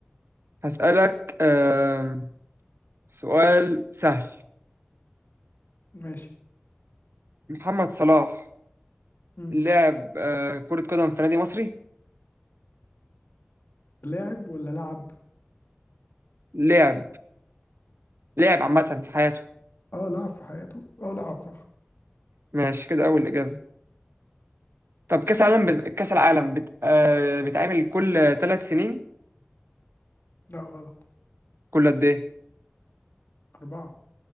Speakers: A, on the right; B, on the left.
A: هسألك آم، سؤال سهل
B: ماشي
A: محمد صلاح
B: مم.
A: لعب آه، كرة قدم في نادي مصري
B: لاعب ولا لعب؟
A: لعب لعب عامة في حياته
B: اه لعب في حياته اه لعب صح
A: ماشي كده أول إجابة طب كأس العالم بت... كأس العالم بت... آه... بيتعمل كل ثلاث سنين
B: لا غلط
A: كل قد إيه؟
B: أربعة